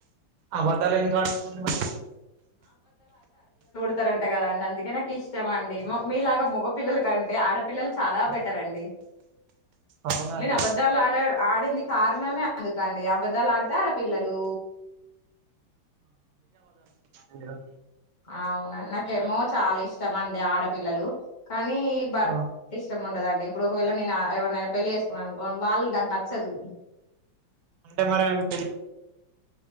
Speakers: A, on the right (about 75°); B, on the left (about 50°).
A: అబద్ధాలు ఎందుకు ఆడుతున్నారు మరి
B: స్తరూ అంట కద అండి అందుకే ఇష్టమ అండి మీలాగా మగపిిల్లలు కంటే ఆడపిల్లలు చాలా బెటర్ అండి
A: అవునా
B: నేను
A: అండి
B: అబద్ధాలు అడ ఆడింది కారణమే అందుకండి అబద్ధాలు ఆడతే ఆడ పిల్లలు
A: మ
B: అవునండి నాకేమో చాలా ఇష్టమండి ఆడపిల్లలు కానీ భర్త
A: ఆ
B: ఇష్టం ఉండదండి ఇప్పుడు ఒకవేళ నేను ఎవరినైనా పెళ్లిి చేసుకున్నానుకో వాళ్ళు నాకు నచ్చదు
A: అంటే మరి ఏంటి